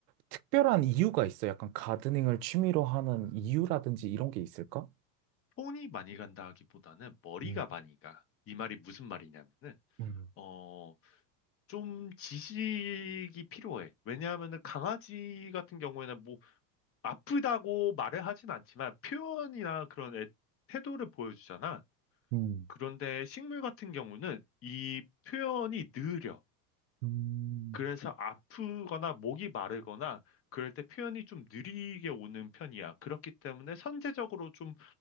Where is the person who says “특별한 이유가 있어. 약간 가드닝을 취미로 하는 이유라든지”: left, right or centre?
Right